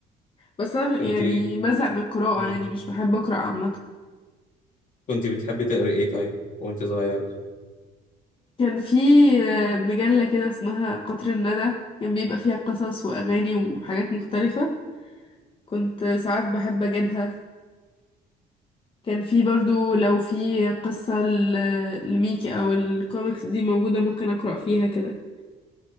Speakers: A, on the left (about 30°); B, on the left (about 50°).
A: بس أنا يعني
B: كنت
A: بزهق من القراءة
B: مم.
A: يعني مش بحب أقرأ عامة
B: كنت بتحبي تقري ايه طيب وانت صغير
A: كان في آه، مجلة كده اسمها قطر الندى كان بيبقى فيها قصص وأغاني وحاجات مختلفة كنت ساعات بحب أجيبها كان في برضو لو في قصة ل- لميكي او الكوميكس دي موجودة ممكن اقرأ فيها كده